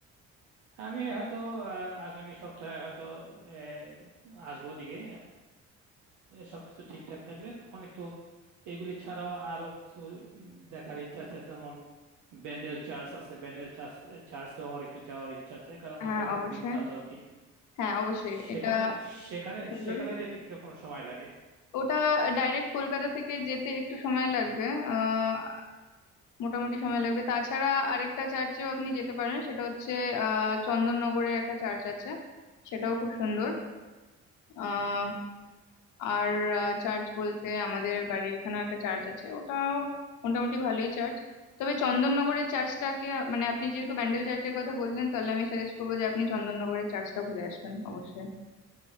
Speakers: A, on the right; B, on the left.
A: আমি হয়তো আহ, আগামী সপ্তাহে হয়তো আহ, আসবো দিকে সবকিছু ঠিকঠাক থাকলে তখন একটু এগুলি ছাড়াও আরো কিছু উম, দেখার ইচ্ছা আছে যেমন ব্যান্ডেল চার্চ আছে ব্যান্ডেল চার্চ চার্চেও আমার একটু যাওয়ার ইচ্ছা আছে কারণ
B: হ্যাঁ
A: ওটা খুব
B: অবশ্যই
A: বিখ্যাত আর কি
B: হ্যাঁ অবশ্যই
A: সেখানে
B: এটা
A: সেখানে
B: সুন্দর
A: সেখানে যেতে কিরকম সময় লাগে
B: ওটা ডাইরেক্ট কলকাতা থেকে যেতে একটু সময় লাগবে আহ মোটামুটি সময় লাগবে তাছাড়া আরেকটা চার্চেও আপনি যেতে পারেন সেটা হচ্ছে আহ চন্দননগরে একটা চার্চ আছে সেটাও খুব সুন্দর আহ আর চার্চ বলতে আমাদের বাড়ির এখানেও একটা চার্চ আছে ওটাও মোটামুটি ভালোই চার্চ তবে চন্দননগরের চার্চটাকে মানে আপনি যেহেতু ব্যান্ডেল চার্চের কথা বললেন তাহলে আমি সাজেস্ট করবো যে আপনি চন্দননগরের চার্চটা ঘুরে আসবেন অবশ্যই